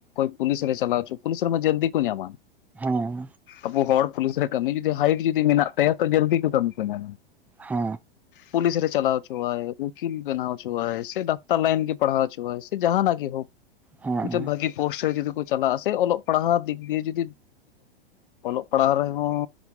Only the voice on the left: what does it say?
ᱯᱩᱞᱤᱥ ᱨᱮ ᱪᱟᱞᱟᱣ ᱦᱚᱪᱚ ᱯᱩᱞᱤᱥ ᱨᱮᱠᱚ ᱡᱟᱞᱫᱤ ᱜᱮᱠᱚ ᱧᱟᱢᱟ
ᱟᱵᱚ ᱦᱚᱲ ᱯᱩᱞᱤᱥ ᱨᱮ ᱠᱟᱹᱢᱤ ᱡᱩᱫᱤ ᱦᱟᱭᱤᱴ ᱡᱩᱫᱤ ᱢᱮᱱᱟᱜ ᱛᱟᱭᱟ ᱛᱚ ᱡᱚᱞᱫᱤ ᱠᱚ ᱠᱟᱹᱢᱤ ᱠᱚ ᱧᱟᱢᱟ
ᱯᱩᱞᱤᱥ ᱨᱮ ᱪᱟᱞᱟᱣ ᱪᱩᱣᱟ ᱟᱭ ᱩᱠᱤᱞ ᱵᱮᱱᱟᱣ ᱪᱩᱣᱟ ᱟᱭ ᱥᱮ ᱰᱟᱠᱛᱟᱨ ᱞᱟᱭᱤᱱ ᱯᱟᱲᱦᱟᱣ ᱪᱩᱣᱟ ᱟᱭ ᱥᱮ ᱡᱟᱦᱟᱸ ᱱᱟ ᱜᱮ ᱦᱳᱠ
ᱢᱤᱫ ᱵᱷᱟᱹᱜᱤ ᱯᱳᱥᱴ ᱨᱮ ᱡᱩᱫᱤ ᱠᱚ ᱪᱟᱞᱟᱜᱼᱟ ᱥᱮ ᱚᱞᱚᱜ ᱯᱟᱲᱦᱟᱜ ᱫᱤᱠ ᱫᱤᱭᱮ ᱡᱩᱫᱤ ᱚᱞᱚᱜ ᱯᱟᱲᱦᱟᱜ ᱨᱮᱦᱚᱸ